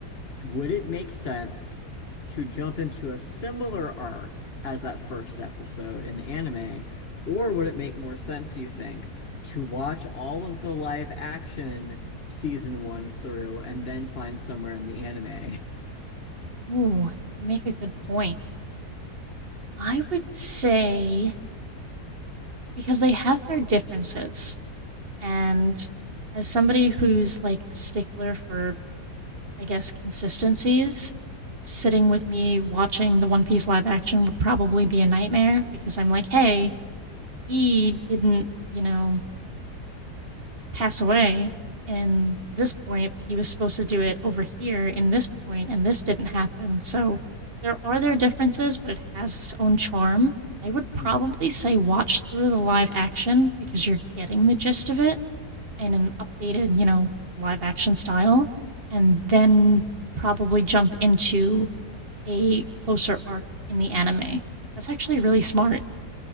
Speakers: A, on the left (about 40°); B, on the right (about 40°).
A: would it make sense to jump into a similar arc as that first episode in the anime, or would it make more sense, you think, to watch all of the live action season one through and then find somewhere in the anime?
B: Ooh, you make a good point. I would say because they have their differences, and as somebody who's like a stickler for I guess, consistencies. Sitting with me watching the One Piece live action would probably be a nightmare because I'm like, hey, he didn't, you know, pass away in this point, but he was supposed to do it over here in this point, and this didn't happen. So there are their differences, but it has its own charm. I would probably
A: <laughs>
B: say watch through the live action because you're getting the gist of it in an updated, you know, live action style, and then probably jump into a closer arc in the anime. That's actually really smart.